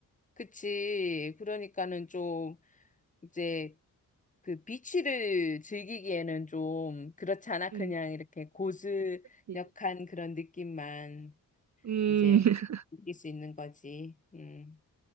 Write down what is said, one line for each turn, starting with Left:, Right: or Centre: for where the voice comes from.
Left: 그치. 그러니까는 좀 이제 그 비치를 즐기기에는 좀 그렇잖아.
Right: 응.
Left: 그냥 이렇게 고즈넉한
Right: 네.
Left: 그런 느낌만
Right: 음,
Left: 이제
Right: <laughs>
Left: 느낄 수 있는 거지. 음.